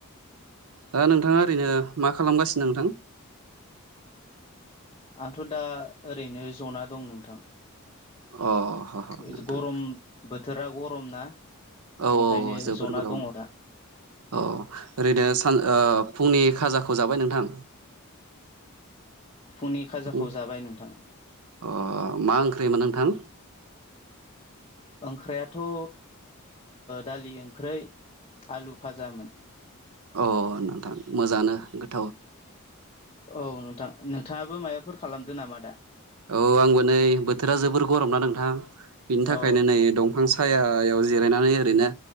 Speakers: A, on the right; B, on the left.
A: अ' ओ नोंथांङा ओरैनो मा खालामगासिनो नोंथां?
B: आंथ दा ओरैनो ज'ना दं नोंथां।
A: अ' ह ह
B: ओ
A: नोंथां
B: जो गरम बोथोरा गरम ना?
A: औऔ
B: बिनिखायनो
A: जोबोर
B: जना
A: गरम।
B: दङ दा
A: औ ओरैनो सान ओ फुंनि खाजाखौ जाबाय नोंथां?
B: फुंनि खाजाखौ
A: उम
B: जाबाय नोंथां
A: ओ मा ओंख्रि मोन नों थां।
B: ओंख्रैयाथ ओ दालि ओंख्रै आलु फाजामोन।
A: अ नोंथां मोजाङांनो गो
B: ओ औ नोंथां नोंथांङाबो माबाफोर खालामदो नामा दा?
A: औ आंबो नै बोथोरा जोबोर गरम ना नोंथां बिनि थाखायनो
B: औ
A: नै दंफां सा साहायाव जिरायनानै ओरैनो